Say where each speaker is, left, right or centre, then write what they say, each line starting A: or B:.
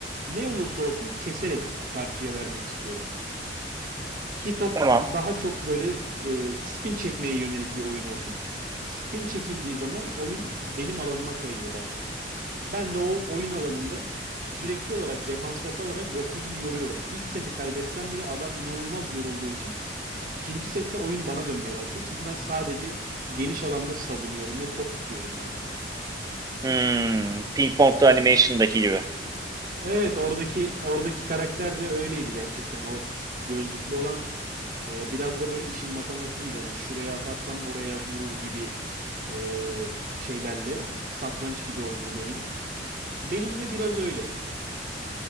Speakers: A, on the right; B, on the right.
A: ne olursa olsun keserek karşıya vermek istiyorum. Ki top
B: Tamam.
A: daha çok böyle e, spin çekmeye yönelik bir oyun olsun. Spin çekildiği zaman oyun benim alanıma kayıyor daha çok. Ben de o oyun alanında sürekli olarak defansta kalarak rakibi yoruyorum. İlk seti kaybetsem bile adam inanılmaz yorulduğu için ikinci sette oyun bana dönmeye başlıyor. Çünkü ben sadece geniş alanda savunuyorum ve top tutuyorum yani.
B: Hmm, Ping Pong'da animation'daki gibi.
A: Evet oradaki oradaki karakter de öyleydi gerçekten. O gözlüklü olan e, biraz da böyle işin matematiğiydi. Hani şuraya atarsam oraya vurur gibi e, şeylerle satranç gibi oynuyordu oyunu. Benim de biraz öyle.